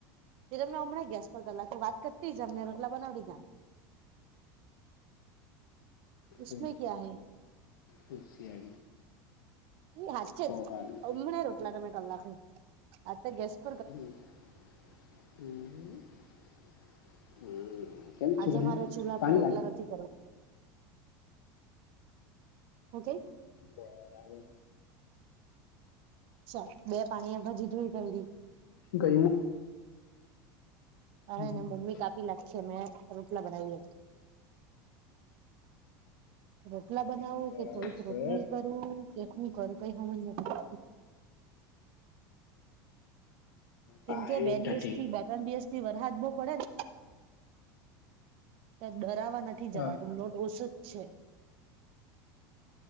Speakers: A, on the right; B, on the left.
A: ત્યારે મેં હમણાં ગેસ પર કરલા તો વાત કરતી જ અમને રોટલા બનાવી લીધા ઉમે
B: ઓ
A: ક્યા હૈ
B: દુશ
A: એ હચ
B: પહોવારી
A: જ ઓમણે રોટ એટલા તમે કલાકે આ ગેસ્ટ
B: <inaudible>
A: આજે
B: હે
A: મારા ચૂલા
B: પાણી
A: પર રોટલા
B: લાગે
A: નથી ઓકે.
B: બરાબર.
A: અચ્છા બે પાણી એ ભાજીી જોઈ ખાયી
B: ગમ
A: અને
B: હમ,
A: એને મમ્મી કાપી લખ મેં રોટલા બનાવી. રોટલા બનાવું
B: બરાબર
A: કે થોડીક
B: છે
A: રોટલી કરું કેટું કરું કઈ સમજ નથી
B: પાયો
A: કેમ કે બે
B: ઢટિંગ
A: દિવસ થી બે બસ થી વરહાદ બહ પડે ને ક્યાક ડરાવાના નથી
B: હા
A: જવા ડુંમલોટ ઓછ જ છે.